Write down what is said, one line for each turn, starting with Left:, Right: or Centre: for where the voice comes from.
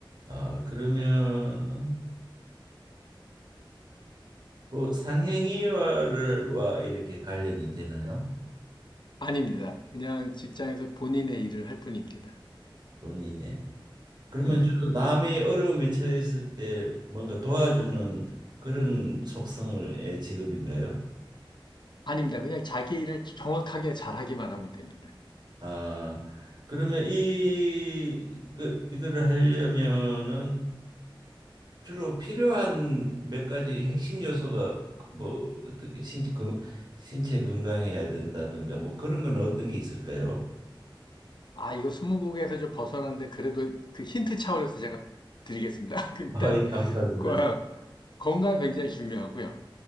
Right: 아, 그러면은 뭐 상행위와 이렇게 관련이 되나요?
Left: 아닙니다. 그냥 직장에서 본인의 일을 할 뿐입니다.
Right: 본인의. 그러면
Left: 네.
Right: 주로 남의 어려움에 처했을 때 뭔가 도와주는 그런 속성의 직업인가요?
Left: 아닙니다. 그냥 자기 일을 정확하게 잘하기만 하면 됩니다.
Right: 아, 그러면 이, 그, 이거를 하려면은 주로 필요한 몇 가지 핵심 요소가 뭐 어떤 게 신, 건, 신체 건강해야 된다든가 뭐 그런 건 어떤 게 있을까요?
Left: 아, 이거 스무고개에서 좀 벗어나는데 그래도 그 힌트 차원에서 제가 드리겠습니다.
Right: <laughs>
Left: <laughs> 그 일단
Right: 아, 예, 감사합니다.
Left: 거- 건강 굉장히 중요하고요.